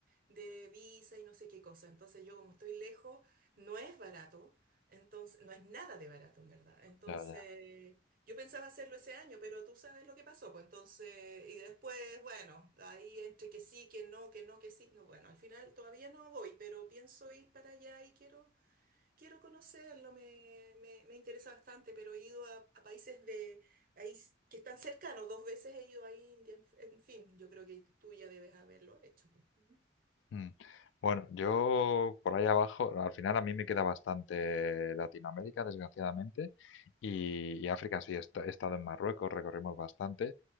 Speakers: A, on the right; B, on the left.
A: de visa y no sé qué cosa. Entonces yo como estoy lejos, no es barato, entonces no es nada de barato en verdad. Entonces
B: Ya, ya.
A: yo pensaba hacerlo ese año, pero tú sabes lo que pasó, pues entonces, y después, bueno, ahí entre que sí, que no, que no, que sí, no, bueno, al final todavía no voy, pero pienso ir para allá y quiero, quiero conocerlo, me, me, me interesa bastante, pero he ido a, a países de... Ahí, s- que están cercanos, dos veces he ido a India, en, en fin, yo creo que tú ya debes haberlo hecho. pues.
B: Mm. Bueno, yo por ahí abajo, al final a mí me queda bastante Latinoamérica, desgraciadamente, y, y África sí, he, esta- he estado en Marruecos, recorrimos bastante.